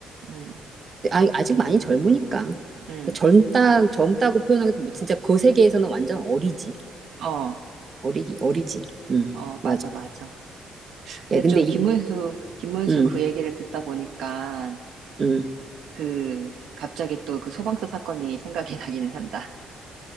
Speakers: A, on the right (about 75°); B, on the right (about 40°).
A: 음,
B: 아, 아직 많이 젊으니까.
A: 음.
B: 그 젊다, 젊다고 표현하기도 뭐 진짜 그 세계에서는 완전 어리지.
A: 어,
B: 어리기, 어리지. 음,
A: 어, 맞아,
B: 맞아.
A: 맞아. 근데
B: 야, 근데
A: 좀
B: 이,
A: 김문수, 김문수
B: 음,
A: 그 얘기를 듣다 보니까
B: 음.
A: 그 갑자기 또 그 소방서 사건이 생각이 <laughs> 나기는 한다.